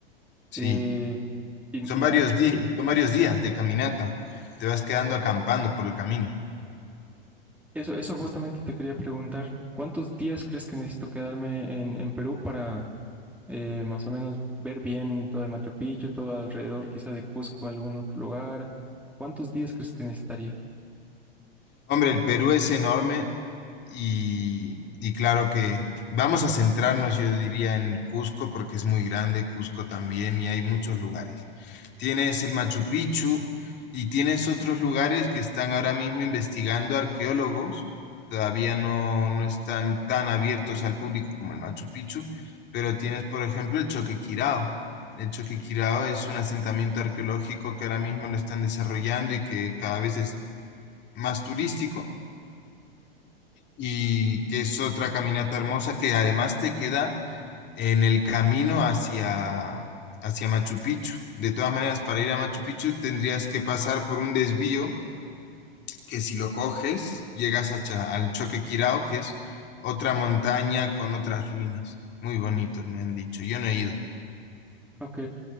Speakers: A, on the left; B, in the centre.
A: Sí.
B: Eh, y,
A: Son varios
B: y ma-
A: días, son varios días de caminata. Te vas quedando acampando por el camino.
B: eso, eso justamente te quería preguntar, ¿cuántos días crees que necesito quedarme en, en Perú para eh, más o menos ver bien todo el Machu Picchu, todo alrededor, quizá de Cusco, algún otro lugar? ¿Cuántos días crees que necesitaría?
A: Hombre, el Perú es enorme Y, y claro que vamos a centrarnos, yo diría, en Cusco, porque es muy grande Cusco también y hay muchos lugares. Tienes el Machu Picchu y tienes otros lugares que están ahora mismo investigando arqueólogos. Todavía no, no están tan abiertos al público como el Machu Picchu, pero tienes, por ejemplo, el Choquequirao. El Choquequirao es un asentamiento arqueológico que ahora mismo lo están desarrollando y que cada vez es más turístico y que es otra caminata hermosa que además te queda en el camino hacia, hacia Machu Picchu. De todas maneras, para ir a Machu Picchu tendrías que pasar por un desvío que si lo coges llegas a Cha- al Choque Quirao, que es otra montaña con otras ruinas. Muy bonito, me han dicho. Yo no he ido.
B: Ok.